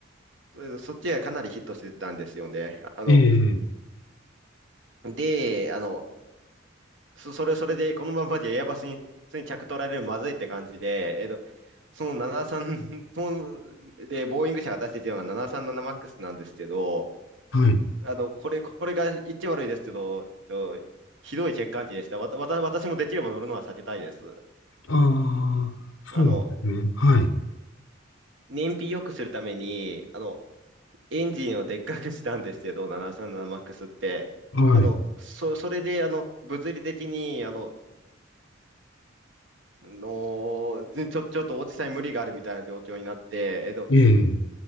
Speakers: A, on the right; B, on the left.
A: それでそっちがかなりヒットしてたんですよね。あの、
B: ええ、
A: で、あの、そ、それ、それで、このままじゃエアバスに、普通に着取られるまずいって感じで、えっと、その73と <laughs> で、ボーイング社が出しているのが 737MAX なさんななマックスなんですけど、
B: はい、
A: あの、これ、これが言っちゃ悪いですけど、えっとひどい欠陥値でした。わた、わた、私もできれば乗るのは避けたいです。
B: ああ、そうですね、
A: あの、
B: はい、
A: 燃費良くするために、あの、エンジンをでっかくしたんですけど、737MAX って。
B: はい、
A: あの、そ、それで、あの、物理的に、あの、の、ぜちょ、ちょっとおじさんに無理があるみたいな状況になって、えっと、
B: ええ、